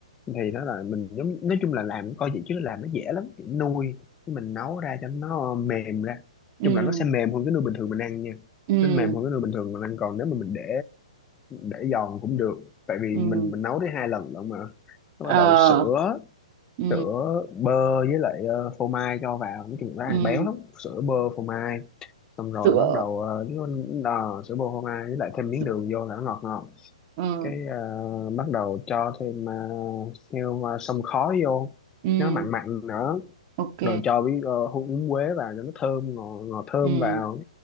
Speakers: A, on the left; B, on the right.
A: thì nó là mình giống nói chung là làm coi vậy chứ làm nó dễ lắm kiểu nuôi cái mình nấu ra cho nó mềm ra
B: ừ
A: chung là nó sẽ mềm hơn cái nuôi bình thường mình ăn nha
B: ừ
A: nó mềm hơn cái nuôi bình thường mình ăn còn nếu mà mình để để giòn cũng được tại vì
B: ừ
A: mình mình nấu tới hai lần lận mà nó
B: ờ
A: bắt đầu sữa
B: ừ
A: sữa bơ với lại ờ, phô mai cho vào nói chung là ăn
B: ừ
A: béo lắm sữa bơ phô mai xong rồi
B: sữa
A: bắt đầu ờ, nó đò sữa bơ phô mai với lại thêm miếng
B: sữa
A: đường vô là nó ngọt ngọt
B: ừ
A: cái ờ, bắt đầu cho thêm uh, heo ờ, xông khói vô
B: ừ
A: nó mặn mặn nữa
B: ok
A: rồi cho với uh, húng quế vào cho nó thơm ngọt ngọt thơm
B: ừ
A: vào